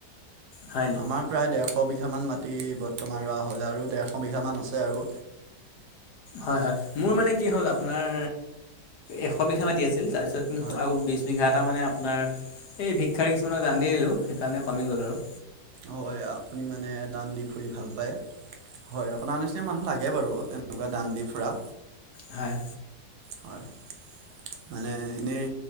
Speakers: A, on the left (about 70°); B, on the right (about 75°).
A: হয় নি
B: আমাৰ প্ৰায় ডেৰশ বিঘামান মাটি বৰ্তমান ৰোৱা হ'লে আৰু ডেৰশ বিঘামান আছে আৰু
A: হয় হয় মোৰ মানে কি হ'ল আপোনাৰ এশ বিঘা মাটি আছিল তাৰপিছত
B: হয়
A: আৰু বিশ বিঘা এটা মানে আপোনাৰ। এই ভিক্ষাৰী কিছুমানক দান দি আহিলোঁ সেইকাৰণে কমি গ'ল আৰু।
B: অ হয় আপুনি মানে। দান দি ফুৰি ভাল পায় হয় আপোনাৰ নিচিনা মানুহ লাগে বাৰু এনেকুৱা দান দি ফুৰা।
A: হয়।
B: হয় মানে এনেই।